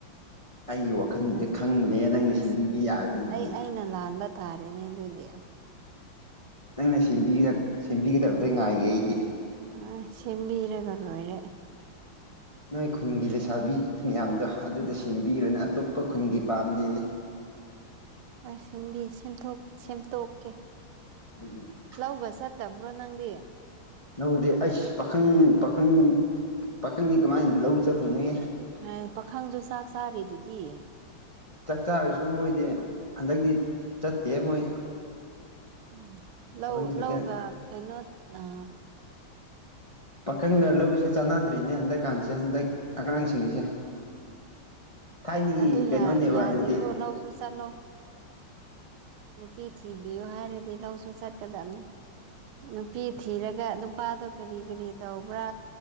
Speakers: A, on the left; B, on the right.
A: ꯑꯩꯒꯤ ꯋꯥꯈꯜꯗꯨꯗ
B: ꯍꯥꯏꯅꯦ
A: ꯈꯪꯕꯅꯦ ꯅꯪꯅ
B: ꯑꯁ
A: ꯁꯦꯝꯕꯤꯕ ꯌꯥꯕꯗꯤ
B: ꯑꯩ ꯑꯩꯅ ꯂꯥꯟꯕ ꯇꯥꯔꯦꯅꯦ ꯑꯗꯨꯗꯤ
A: ꯅꯪꯅ ꯁꯦꯝꯕꯤꯒꯗꯕꯗ ꯉꯥꯏꯒꯦ ꯑꯩꯗꯤ
B: ꯑ ꯁꯦꯝꯕꯤꯔꯒ ꯂꯣꯏꯔꯦ
A: ꯅꯣꯏ ꯈꯨꯟꯒꯤ ꯂꯩꯁꯥꯕꯤ ꯃꯌꯥꯝꯗꯣ ꯑꯗꯨꯗ ꯁꯦꯝꯕꯤꯔꯨꯅ ꯑꯇꯣꯞꯄ
B: ꯎꯝ
A: ꯈꯨꯟꯒꯤ ꯄꯥꯝꯗꯤꯅꯤ
B: ꯑꯩ ꯁꯦꯝꯕꯤ ꯁꯦꯝ ꯁꯦꯝꯗꯣꯛꯀꯦ
A: ꯎꯝ
B: ꯂꯧꯕ ꯆꯠꯇꯕ꯭ꯔꯣ ꯅꯪꯗꯤ
A: ꯂꯧꯁꯦ ꯑꯩꯁ ꯄꯥꯈꯪ ꯄꯥꯈꯪ ꯄꯥꯈꯪꯅꯤ ꯀꯃꯥꯏꯅ ꯂꯧ ꯆꯠꯇꯣꯏꯅꯣꯍ
B: ꯍꯥꯏ ꯄꯥꯈꯪꯁꯨ ꯆꯥꯛ ꯆꯥꯔꯤꯗꯨꯗꯤ
A: ꯆꯥꯛ ꯆꯥꯔꯁꯨ ꯃꯣꯏꯗꯤ ꯍꯟꯗꯛꯇꯤ ꯆꯠꯇꯦ ꯃꯣꯏ
B: ꯎꯝ ꯂꯧ
A: ꯄꯥꯈꯪꯁꯤꯡꯁꯦ
B: ꯂꯧꯒ ꯀꯩꯅꯣ ꯑ
A: ꯄꯥꯈꯪꯅ ꯂꯧꯔꯤꯁꯦ ꯆꯥꯟꯅꯗ꯭ꯔꯤꯅꯦ ꯍꯟꯗꯛꯀꯥꯟꯁꯦ ꯍꯟꯗꯛ ꯑꯉꯥꯡꯁꯤꯡꯁꯦ ꯊꯥꯏꯅꯒꯤ
B: ꯑꯗꯨ
A: ꯀꯩꯅꯣꯅꯦꯕ
B: ꯌꯥ ꯌꯥꯗꯦꯀꯣ
A: ꯑꯗꯨꯗꯤ
B: ꯂꯧꯁꯨ ꯆꯠꯂꯣ ꯅꯨꯄꯤ ꯊꯤꯕꯤꯌꯨ ꯍꯥꯏꯔꯗꯤ ꯂꯧꯁꯨ ꯆꯠꯀꯗꯕꯅꯦ ꯅꯨꯄꯤ ꯊꯤꯔꯒ ꯅꯨꯄꯥꯗꯣ ꯀꯔꯤ ꯀꯔꯤ ꯇꯧꯕ꯭ꯔꯥ